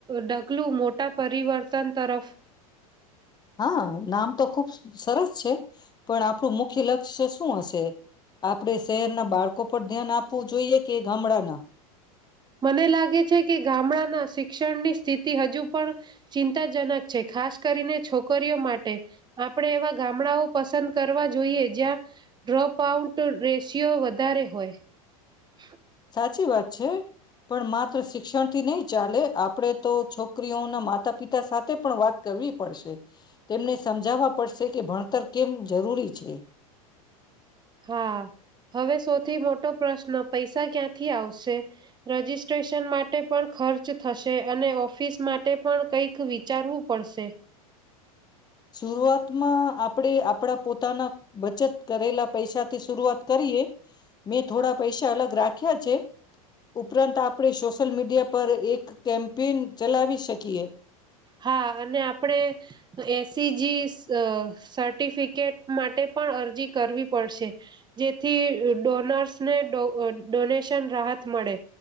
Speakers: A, on the right (about 25°); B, on the left (about 20°).
A: ઢગલું મોટા પરિવર્તન તરફ.
B: હા નામ તો ખુબ સરસ છે, પણ આપણું મુખ્ય લક્ષ્ય શું હશે આપડે શહેરના બાળકો પર ધ્યાન આપ આપું જોઈએ કે ગામડાના.
A: મને લાગે છે, કે ગામડાના શિક્ષણની સ્થિતિ હજુ પણ ચિંતાજનક છે, ખાસ કરીને છોકરીઓ માટે આપણે એવા ગામડાઓ પસંદ કરવા જોઈએ જ્યાં ડ્રોપ આઉટ રેશિયો વધારે હોય. <inaudible>
B: સાચી વાત છે પણ માત્ર શિક્ષણથી નહી ચાલે આપણેે તો છોકરીઓના માતા પિતા સાથે પણ વાત કરવી પડશે તેમને સમજાવવા પડશે કે ભણતર કેમ જરૂરી છે.
A: હા હવે સૌથી મોટો પ્રશ્ન પૈસા ક્યાંથી આવશે રજીિસ્ટ્રેશન માટે પણ ખર્ચ થશે અને ઓફિસ માટે પણ કંઈક વિચારવું પડશે.
B: શરૂઆતમાં આપ આપણે આપણા પોતાના બચત કરેલા પૈસા થી શરૂઆત કરીએ. મેં થોડા પૈસા અલગ રાખ્યા છે, ઉપરાંત આપણે સોશિયલ મીડિયા પર એક <unintelligible> ચલાવી શકીએ.
A: હા અને આપણે એસીજી સર્ટિફિકેટ માટે પણ અરજી કરવી પડશે જેથી ડોનર્સને ડોનેશન રાહત મળે